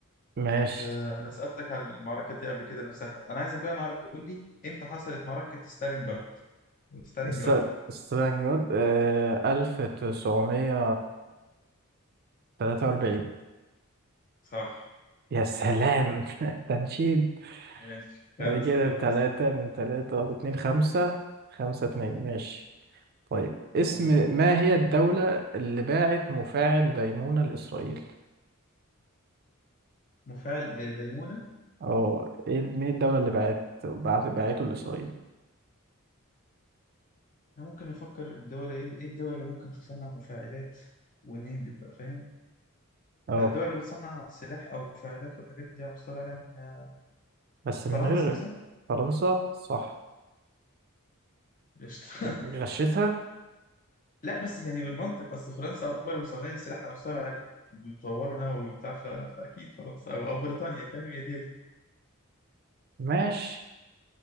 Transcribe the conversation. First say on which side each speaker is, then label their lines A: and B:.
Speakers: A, on the right; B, on the left.
A: ماشي
B: آه، أنا سألتك عن المعركة دي قبل كده نفسها أنا عايزك بقى معركة تقول لي إمتى حصلت معركة ستالينجراد ستالينجراد
A: الس-
B: دي
A: ستالينجراد ألف تسعمية تلاتة وأربعين
B: صح
A: يا سلام <laughs> تنشيد
B: ماشي
A: بعد
B: خمسة
A: كده
B: كده
A: تلاتة
B: خمسة اتنين
A: من تلاتة واتنين خمسة خمسة اتنين ماشي طيب اسم
B: قول بقى
A: ما هي الدولة اللي باعت مفاعل ديمونة لإسرائيل؟
B: مفاعل آه، ديمونة
A: أو إيه مين الدولة اللي باعت باعت باعته لإسرائيل؟
B: أنا ممكن نفكر الدول إيه إيه الدول اللي ممكن تصنع مفاعلات ونهبط بقى فاهم
A: أه
B: فالدول اللي بتصنع سلاح أو مفاعلات والحاجات دي هنصطلح عليها إن هي
A: بس من
B: فرنسا
A: غير
B: مثلا
A: فرنسا صح
B: قشطة
A: غشيتها
B: لا بس يعني بالمنطق اصل فرنسا اكبر مصنع سلاح على مستوى العالم وبيطوروا نووي بتاع ف... فاكيد فرنسا او او بريطانيا فاهم يا دي يا دي
A: ماشي